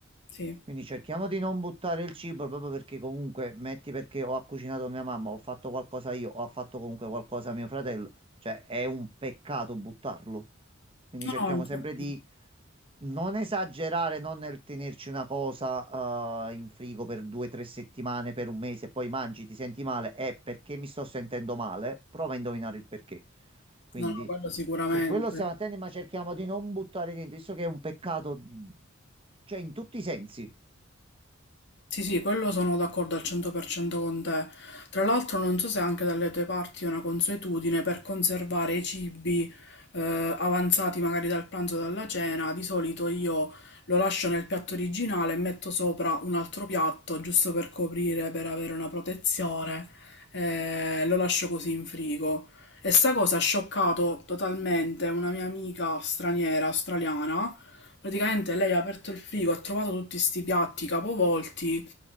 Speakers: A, on the left (about 60°); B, on the right (about 25°).
A: sì.
B: Quindi cerchiamo di non buttare il cibo proprio perché comunque, metti perché ho cucinato mia mamma, ho fatto qualcosa io, ho fatto comunque qualcosa mio fratello, cioè è un peccato buttarlo. Quindi
A: No,
B: cerchiamo
A: no, infatti,
B: sempre di non esagerare, non nel tenerci una cosa eh, in frigo per due o tre settimane, per un mese, e poi mangi, ti senti male, è perché mi sto sentendo male, prova a indovinare il perché. Quindi
A: no, no, quello sicuramente.
B: su quello stiamo attenti, ma cerchiamo di non buttare niente, visto che è un peccato, cioè in tutti i sensi.
A: Sì, sì, quello sono d'accordo al 100% con te. Tra l'altro non so se anche dalle tue parti è una consuetudine per conservare i cibi eh, avanzati magari dal pranzo o dalla cena. Di solito io lo lascio nel piatto originale e metto sopra un altro piatto giusto per coprire, per avere una protezione. eh, lo lascio così in frigo. E sta cosa ha scioccato totalmente una mia amica straniera, australiana Praticamente lei ha aperto il frigo, ha trovato tutti sti piatti capovolti